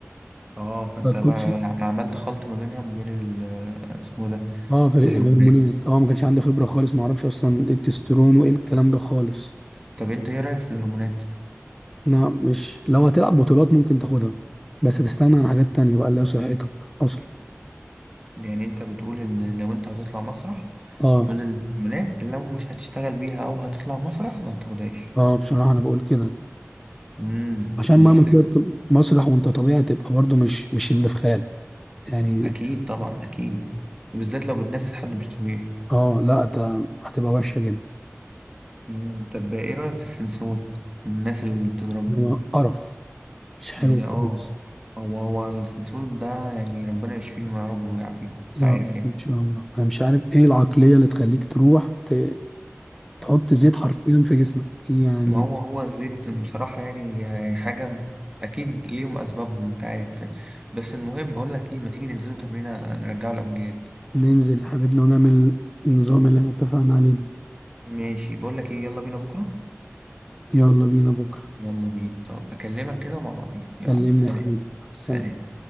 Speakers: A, on the right; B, in the centre.
A: اه فانت
B: فالكوتش
A: بقى عملت خلط ما بينها وما بين ال- اسمه ده
B: اه في
A: الهرمونات
B: الهرمونات اه ما كانش عندي خبره خالص ما اعرفش اصلا إيه التستيرون وايه الكلام ده خالص
A: طب انت ايه رأيك في الهرمونات
B: لا مش لو هتلعب بطولات ممكن تاخدها بس هتستنى عن حاجات تانية بقى اللي هي صحتك اصلا
A: يعني انت بتقول ان لو انت هتطلع مسرح
B: اه
A: خد الهرمونات لو مش هتشتغل بيها او هتطلع مسرح ما تاخدهاش
B: اه بصراحه انا بقول كده
A: امم
B: عشان
A: بس
B: مهما طلعت مسرح وانت طبيعي تبقى برضو مش مش اللي في خيال يعني
A: اكيد طبعا اكيد وبالذات لو بتنافس حد مش طبيعي
B: اه لا هت- هتبقى وحشه جدا
A: مم. طب ايه رأيك في السنسول والناس اللي بتضربه
B: إنما قرف مش حلو
A: يعني اه
B: خالص
A: هو هو السنسول ده يعني ربنا يشفيهم يا رب ويعافيهم انت
B: يا
A: عارف
B: رب
A: يعني
B: ان شاء الله انا مش عارف ايه العقليه اللي تخليك تروح ت- تحط زيت حرفيا في جسمك يعني
A: ما هو هو الزيت بصراحة يعني يعني حاجة م- أكيد ليهم أسبابهم أنت عارف يعني. بس المهم بقول لك إيه ما تيجي ننزلوا تمرينة نرجعوا الأمجاد
B: ننزل حبيبنا ونعمل النظام اللي احنا اتفقنا عليه ده
A: ماشي بقول لك إيه يلا بينا بكرة
B: يلا بينا بكرة
A: يلا بينا طب أكلمك كده ومع بعضين يلا
B: كلمني
A: سلام
B: يا حبيبي سلام
A: سلام